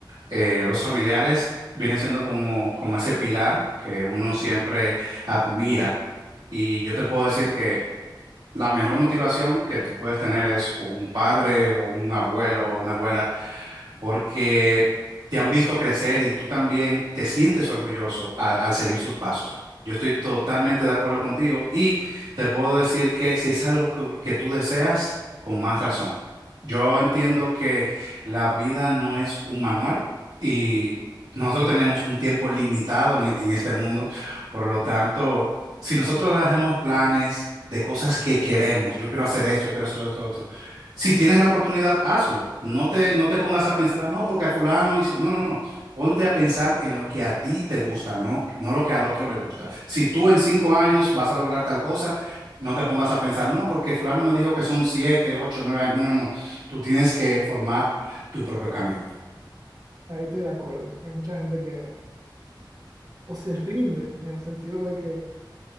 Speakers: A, on the right (about 70°); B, on the right (about 55°).
A: eh, los familiares vienen siendo como, como ese pilar que uno siempre admira. Y yo te puedo decir que la mejor motivación que tú puedes tener es un padre o un abuelo o una abuela porque te han visto crecer y tú también te sientes orgulloso al, al seguir sus pasos. Yo estoy totalmente de acuerdo contigo y te puedo decir que si es algo que, que tú deseas, con más razón. Yo entiendo que la vida no es un manual y nosotros tenemos un tiempo limitado en, en este mundo, por lo tanto, si nosotros hacemos planes de cosas que queremos, yo quiero hacer esto, yo quiero hacer esto otro si tienes la oportunidad, hazlo. No te, no te pongas a pensar, "Ah, no, porque a fulano hizo. No, no, no. Ponte a pensar en lo que a ti te gusta, no, no lo que al otro le gusta. Si tú en cinco años vas a lograr tal cosa, no te pongas a pensar, no, porque fulano me dijo que son siete, ocho, nueve años. No, no, no. Tú tienes que formar tu propio camino.
B: Ahí estoy de acuerdo. Hay mucha gente que o se rinde en el sentido de que,